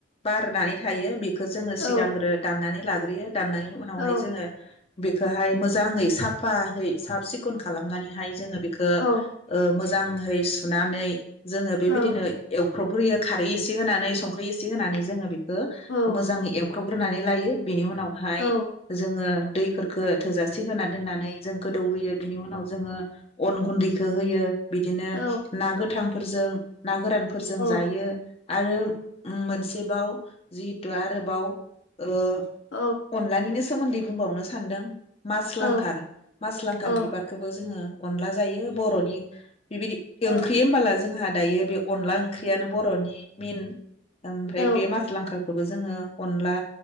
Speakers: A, on the left; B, on the left.
A: बारनानै थायो बेख खो जोङो
B: औ
A: सिगांग्रो दामनानै लाग्रोयो दाननायनि उनावहाय
B: औ
A: जोङो, बेखौहाय मोजाङै साफायै साफ सिखन खालामनानैहाय जोङो बे खो
B: औ
A: ओ मोज मोजांङै सुनानै, जोङो बेबायदिनो
B: औ
A: एव फ्रबग्रोयो खारै एसे होनानै संख्रि एसे होनानै जोङो बेख खो
B: औ
A: मोजाङै एव खुबग्रोनानै लायो, बिनि उनावहाय
B: औ
A: जोङो, दैफोरखो थोजासे होना दोन्नानै, जों गोदौहोयो बिनि उनाव जोङो अन गुन्दैखौ होयो, बिदिनो
B: औ
A: ना गोथां, फोरजों ना गोरानफोरजों
B: औ
A: जायो आरो उम मोनस बेबाव जि दो आरोबाव ओ
B: औ
A: अनलानिनो सो सोमोन्दै बुंबावनो सानदों, मास
B: औ
A: लांखार मास लांखार
B: औ
A: बिबारखौबो जोङो, अनला जायो बर'नि, बेबायदि
B: औ
A: ओंख्रि होमबला जोंहा, दायो बे अनला ओंख्रियानो बर'नि मिन ओमफ्राय
B: औ
A: बे मास लांंखारखौ खौबो जोङो अनला